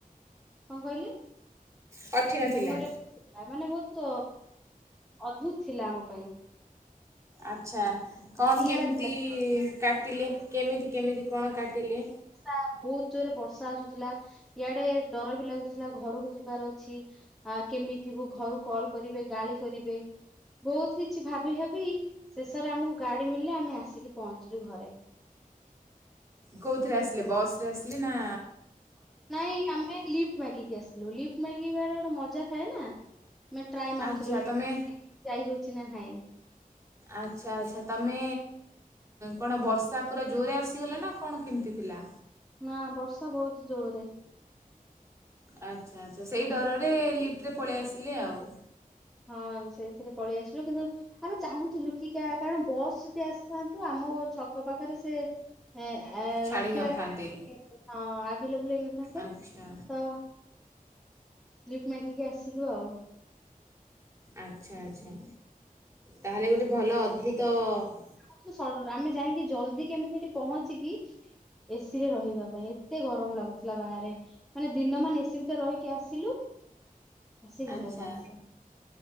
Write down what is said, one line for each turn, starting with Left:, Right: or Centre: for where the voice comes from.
Centre: କଣ କହିଲେ?
Right: କଠିନ
Centre: ମେମୋରି
Right: ଥିଲା
Centre: ମାନେ ବହୁତ୍ ଅଦ୍ଭୁତ ଥିଲା ଆମ ପାଇଁ।
Right: ଆଚ୍ଛା କଣ
Centre: ନିଆରା
Right: କେମିତି
Centre: ଥିଲା।
Right: କାଟିଲେ କେମିତି କେମିତି କଣ କାଟିଲେ?
Centre: ହା ବହୁତ୍ ଜୋରରେ ବର୍ଷା ଆସୁଥିଲା ଇଆଡେ ଡର ବି ଲାଗୁଥିଲା ଘରକୁ ଯିବାର ର ଅଛି। ଆ କେମିତି ଯିବୁ ଘରୁ କଲ୍ କରିବେ ଗାଳି କରିବେ। ବହୁତ୍ କିଛି ଭାବି ଭାବି ଶେଷରେ ଆମକୁ ଗାଡି ମିଳିଲା ଆମେ ଆସିକି ପହଞ୍ଚିଲୁ ଘରେ।
Right: କଉଥିରେ ଆସିଲେ ବସ୍ ରେ ଆସିଲି ନାଁ
Centre: ନାଇଁ ଆମେ ଲିଫ୍ଟ୍ ମାଗିକି ଆସିଲୁ ଲିପ୍ଟ୍ ମାଗିବାରେ ଗୋଟେ ମଜା ଥାଏ ନାଁ। ଆମେ ଟ୍ରାଏ ମାରୁଥିଲୁ
Right: ଆଚ୍ଛା
Centre: ଲିପ୍ଟ୍
Right: ତମେ
Centre: ଯାଇ ହଉଚି ନାଁ ନାଇଁ।
Right: ଆଚ୍ଛା ଆଚ୍ଛା ତମେ କଣ ବର୍ଷା ପୁରା ଜୋରରେ ଆସିଗଲା ନାଁ କଣ କେମିତି ଥିଲା?
Centre: ନାଁ ବର୍ଷା ବହୁତ୍ ଜୋରେ।
Right: ଆଚ୍ଛା ଆଚ୍ଛା ସେଇ ଡରରେ ଲିଫ୍ଟ୍ ରେ ପଳେଇ ଆସିଲେ ଆଉ।
Centre: ହଁ ସେଇଥିରେ ପଳେଇ ଆସିଲୁ କିନ୍ତୁ ଆମେ ଚାହୁଁଥିଲୁ କି କା କାରଣ ବସ୍ ଯ ଆସିଥାନ୍ତୁ ଆମ ଛକ ପାଖରେ ସେ ଏ ଆ
Right: ଛାଡ଼ି
Centre: ରଖିବାକୁ
Right: ନଥାନ୍ତେ
Centre: ହଁ ଆଭେ ଲେବୁଲ୍ ହେଇନଥାନ୍ତେ।
Right: ଆଚ୍ଛା
Centre: ତ ଲିପ୍ଟ୍ ମାଗିକି ଆସିଲୁ ଆଉ।
Right: ଆଚ୍ଛା ଆଚ୍ଛା ତାହେଲେ ଗୋଟେ ଭଲ ଅଦ୍ଭୁତ ଅ
Centre: ମାତ୍ର ସଡ ଆମେ ଯାଇକି ଜଲ୍ଦି କେମିତି ହେଠି ପହଞ୍ଚିକି ଏସି ରେ ରହିବା ପାଇଁ ଏତେ ଗରମ ଲାଗୁଥିଲା ବାହାରେ। ମାନେ ଦିନ ମାନେ ଏସି ଭିତରେ ରହିକି ଆସିଲୁ। ଆସି ଘରେ
Right: ଆଚ୍ଛା
Centre: ପହଞ୍ଚିଲେ,